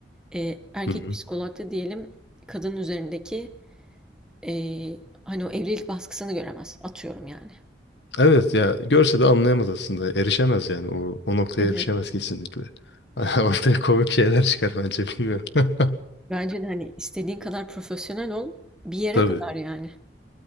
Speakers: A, in the centre; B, on the left (about 80°).
A: Ee, erkek
B: Hı hı.
A: psikolog da diyelim kadının üzerindeki Eee, hani, o evlilik baskısını göremez. Atıyorum yani.
B: Evet ya görse de anlayamaz aslında. Erişemez yani. O, o noktaya
A: Hı hı.
B: erişemez kesinlikle. <laughs> Ortaya komik şeyler çıkar bence bilmiyorum. <laughs>
A: Bence de, hani, istediğin kadar profesyonel ol, bir yere
B: Tabii.
A: kadar yani.